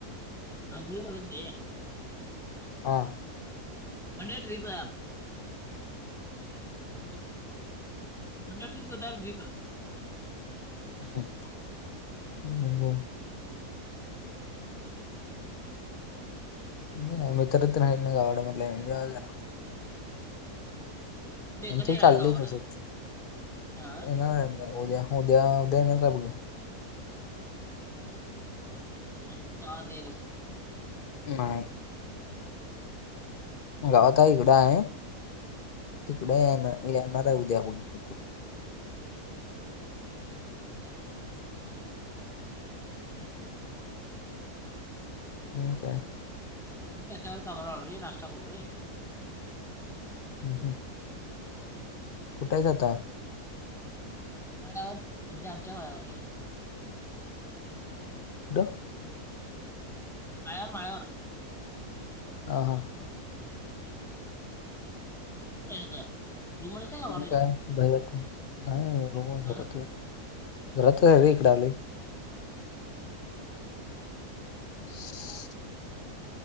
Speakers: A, in the centre; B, on the left.
A: आंबोली धरण नाही
B: हा.
A: Monday trip.
B: <unintelligible>
A: उद्या ट्रिप होताल ड्रीप.
B: ह <unintelligible>
A: नाही ये.
B: मी नाही मित्र तेन आहेत ना गावाकडं म्हटलं एन्जॉय करा. <unintelligible>
A: ते कधी येणार
B: चाललं
A: आहेस गावाकडं
B: तसंच
A: हा
B: येणार उद्या उद्या उद्या येणार का बघूया.
A: अजून तू गवात यायलयस.
B: नाही.
A: <inaudible>
B: गावात हाय इकडं हाय, तिकडं येणा येणार हाय उद्या बघूया येतो.
A: <unintelligible> गाडी नवीन हाय.
B: <inaudible> हं काय?
A: मी त्याच्याबरोबर कामाला आलूय रे, नाष्टा करूलय.
B: अ हम्म. कुठं हायस आता?
A: मळ्यावर, म्हणजे आमच्या माळावर रे.
B: ड
A: माळ्यावर माळ्यावर.
B: आं. हां.
A: <unintelligible> कामाला
B: आणि
A: आहेस
B: काय बाहेर वाटतं. नाही रूमवर
A: हा
B: घरात, घरात आहे रे हिकडं आलोय.
A: हा हं.
B: <inaudible>